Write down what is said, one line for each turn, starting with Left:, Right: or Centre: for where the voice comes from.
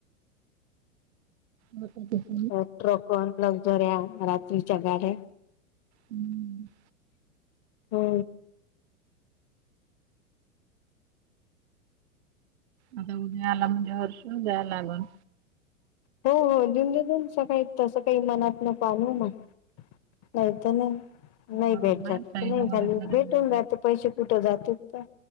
Right: हो तर कि
Left: हो ट्रकन लक्झऱ्या रात्रीच्या गाड्या.
Right: हम्म
Left: हो
Right: आता उदयाला म्हणजे ह्या वर्षी जायला लागण.
Left: हो हो देऊन दिऊन सकाळी तसं काही मनात नको आनु ना नाहीत नाही नाही
Right: मला
Left: भेट झाली
Right: ताईला
Left: तर नाही
Right: मला
Left: झाली
Right: घरी
Left: भेटून
Right: घेऊन
Left: जात पैसे कुठे जात तर